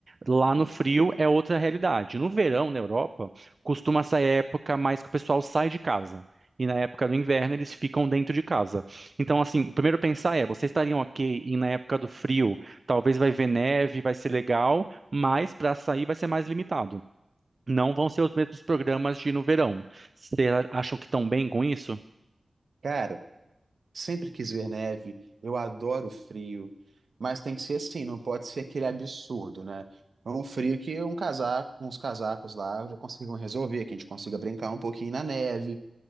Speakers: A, on the right; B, on the right.
A: Lá no
B: Hum,
A: frio é outra realidade. No verão, na Europa, costuma essa época mais que o pessoal sai de casa. E na época do inverno eles ficam dentro de casa. Então, assim, o primeiro pensar é, vocês estariam ok e na época do frio, talvez vai ver neve, vai ser legal, mas para sair vai ser mais limitado. Não vão ser os mesmos programas de no verão. Vocês a- acham que estão bem com isso?
B: Cara, sempre quis ver neve. Eu adoro frio. Mas tem que ser assim, não pode ser aquele absurdo, né? É um frio que um casaco, uns casacos lá já conseguem resolver, que a gente consiga brincar um pouquinho na neve